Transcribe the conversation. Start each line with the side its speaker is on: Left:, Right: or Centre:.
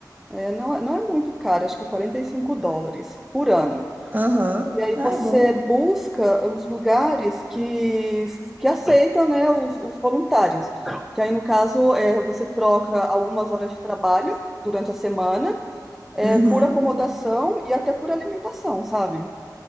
Centre: É, não, é- não é muito caro, acho que é 45 dólares por ano.
Right: Aham.
Centre: E aí
Right: Ah,
Centre: você
Right: é bom.
Centre: busca os lugares que, que aceitam, né, os, os voluntários. Que aí, no caso, é, você troca algumas horas de trabalho durante a semana, é,
Right: Uhum.
Centre: por acomodação e até por alimentação, sabe?